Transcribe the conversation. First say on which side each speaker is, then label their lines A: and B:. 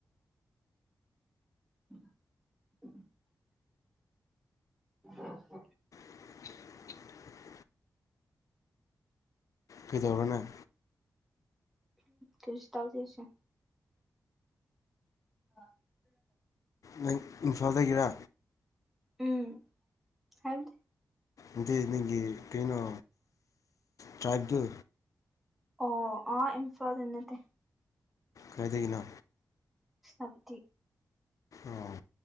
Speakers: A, in the centre; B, on the left.
A: <inaudible> ꯍ <unintelligible>
B: <unintelligible> ꯀꯩꯗꯧꯔ ꯅꯪ
A: ꯀꯩꯁꯨ ꯇꯧꯗꯦꯁꯦ <unintelligible>
B: ꯅꯪ ꯏꯝꯐꯥꯜꯗꯒꯤꯔ
A: ꯎꯝ ꯍꯥꯏꯕꯗꯤ
B: ꯑꯗꯤ ꯅꯪꯒꯤ ꯀꯩꯅꯣ ꯇ꯭ꯔꯥꯏꯕꯇꯨ
A: ꯑꯣ ꯑꯥ ꯏꯝꯐꯥꯜꯗ ꯅꯠꯇꯦ
B: ꯀꯥꯏꯗꯒꯤꯅꯣ
A: ꯁꯥꯞꯇꯤ
B: ꯑꯣ